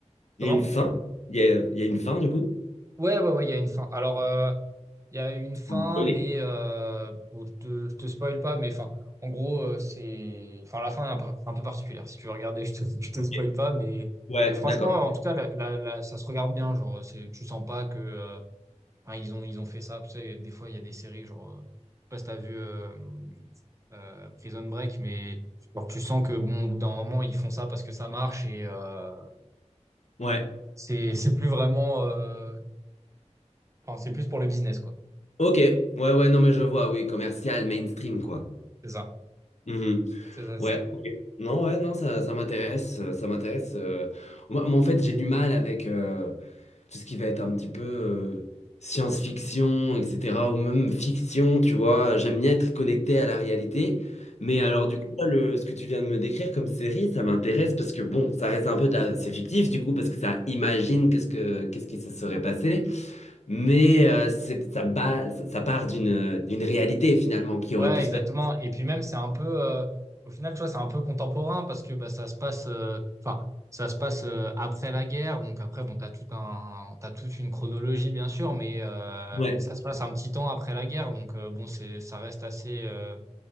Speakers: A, on the right; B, on the left.
A: comment
B: Il y a une fin? Il y a, il y a une fin, du coup?
A: ouais ouais ouais il y a une fin alors euh, Il y a une fin,
B: Vous me
A: mais euh, bon, je te, je te spoil pas, mais enfin, en gros, euh, c'est, enfin, la fin est un, par- un peu particulière. Si tu veux regarder, je te, <laughs> je te
B: Ok.
A: spoil pas, mais,
B: Ouais,
A: mais franchement,
B: d'accord.
A: en tout cas, la, la- la- ça se regarde bien. Genre, c'est, tu sens pas que, euh, hein, ils ont, ils ont fait ça. Tu sais, des fois, il y a des séries, genre, euh, je sais pas si t'as vu euh, euh, Prison Break, mais genre, tu sens que, bon, au bout d'un moment, ils font ça parce que ça marche et euh,
B: Ouais.
A: c'est, c'est plus vraiment, euh, enfin, c'est plus pour le business, quoi.
B: Ok. Ouais, ouais, non, mais je vois, oui, commercial, mainstream, quoi.
A: C'est ça,
B: Mhm.
A: c'est ça, c'est
B: Ouais,
A: ça.
B: ok. Non, ouais, non, ça, ça m'intéresse. euh, Ça m'intéresse. euh. Moi, moi, en fait, j'ai du mal avec. euh, tout ce qui va être un petit peu euh, science-fiction, etc., ou même fiction, tu vois. J'aime bien être connecté à la réalité. Mais
A: Ok.
B: alors, du coup, là, le, ce que tu viens de me décrire comme série, ça m'intéresse parce que, bon, ça reste un peu de la... C'est fictif, du coup, parce que ça imagine qu'est-ce que, qu'est-ce qui se serait passé. Mais euh, c'est- ça, ba- ça part d'une d'une réalité, finalement, qui aurait
A: Ouais,
B: pu se
A: exactement.
B: passer.
A: Et puis même, c'est un peu, euh, au final, tu vois, c'est un peu contemporain parce que bah, ça se passe, euh, enfin, ça se passe euh, après la guerre. Donc après, bon, t'as tout un, t'as toute une chronologie, bien sûr, mais, euh,
B: Ouais,
A: mais ça se passe un petit temps après la guerre. Donc euh, bon, c'est, ça reste assez. Euh,